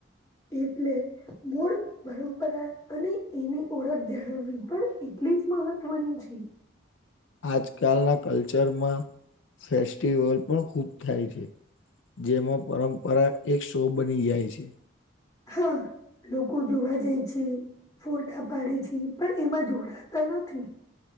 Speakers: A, on the left; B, on the left.
A: એટલે મૂળ પરંપરા અને એની ઓળખ જાળવવી પણ એટલી જ મહત્વની છે.
B: આજકાલના કલ્ચરમાં ફેસ્ટિવલ પણ ખુબ થાય છે. જેમાં પરંપરા એક શો બની જાય છે.
A: હા લોકો જોવા જાય છે ફોટા પાડે છે પણ એમાં જોડાતા નથી